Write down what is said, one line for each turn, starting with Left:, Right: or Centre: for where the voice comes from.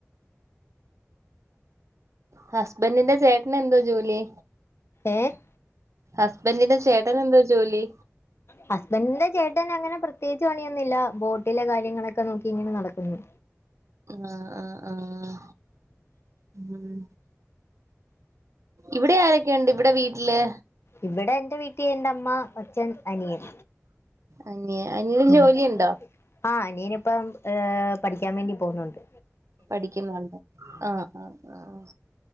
Right: ഹസ്ബൻ്റിൻ്റെ ചേട്ടനെന്തോ ജോലി
Left: ഏഹ്
Right: ഹസ്ബന്റിന്റെ ചേട്ടനെന്തോ ജോലി
Left: ഹസ്ബൻ്റിൻ്റെ ചേട്ടനങ്ങനെ പ്രത്യേയിച്ച് പണിയൊന്നില്ല ബോട്ടിലെ കാര്യങ്ങളൊക്കെ നോക്കി ഇങ്ങനെ നടക്കുന്നു
Right: ആഹ് ആഹ് ആഹ് ഉം ഇവിടെ ആരൊക്കേണ്ട് ഇവിടെ വീട്ടില്
Left: ഇവടെ എന്റെ വീട്ടി എന്റെ അമ്മ അച്ഛൻ അനിയൻ
Right: അനിയ അനിയന്
Left: ഉം
Right: ജോലിയുണ്ടോ
Left: ആഹ് അനിയന് ഇപ്പം ഏഹ് പഠിക്ക്യാ വേണ്ടി പോവുന്നുണ്ട്
Right: പഠിക്ക്യുന്നുണ്ട് ആഹ് ആഹ് ആഹ്